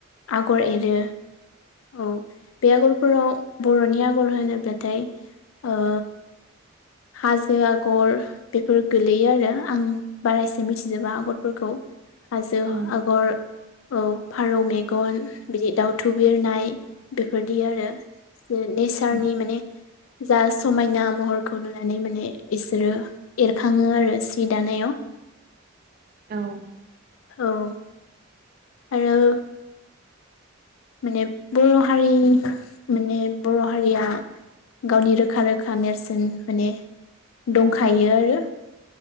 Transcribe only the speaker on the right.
औ
औ
औ।